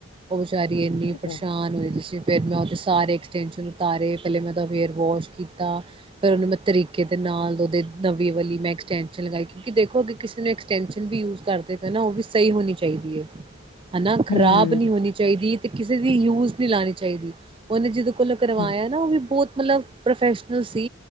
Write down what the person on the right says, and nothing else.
ਉਹ ਬੇਚਾਰੀ ਇੰਨੀ
ਪਰੇਸ਼ਾਨ ਹੋਈ ਪਈ ਸੀ ਫਿਰ ਮੈਂ ਉਹਦੇ ਸਾਰੇ ਐਕਸਟੈਂਸ਼ਨ ਉਤਾਰੇ ਪਹਿਲੇ ਮੈਂ ਉਹਦਾ ਹੇਅਰ ਵੋਸ਼ ਕੀਤਾ ਫਿਰ ਉਹਨੇ ਮੈਂ ਤਰੀਕੇ ਦੇ ਨਾਲ ਉਹਦੇ ਨਵੀਂ ਵਾਲੀ ਮੈਂ ਐਕਸਟੈਂਸ਼ਨ ਲਗਾਈ ਕਿਉਂਕਿ ਦੇਖੋ ਅੱਗੇ ਕਿਸੇ ਨੇ ਐਕਸਟੈਨਸ਼ਨ ਵੀ ਯੂਜ ਕਰਦੇ ਪਏ ਨਾ ਉਹ ਵੀ ਸਹੀ ਹੋਣੀ ਚਾਹੀਦੀ ਹੈ। ਹੈਨਾ ਖ਼ਰਾਬ
ਨਹੀਂ ਹੋਣੀ ਚਾਹੀਦੀ। ਕਿਸੇ ਦੀ ਯੂਜ਼ ਨਹੀਂ ਲਾਣੀ ਚਾਹੀਦੀ ਉਹਨੇ ਜ ਕੁਲ ਕਰਵਾਇਆ
ਨਾ ਉਹ ਵੀ ਬਹੁਤ ਮਤਲਬ ਪ੍ਰੋਫੈਸ਼ਨਲ ਸੀ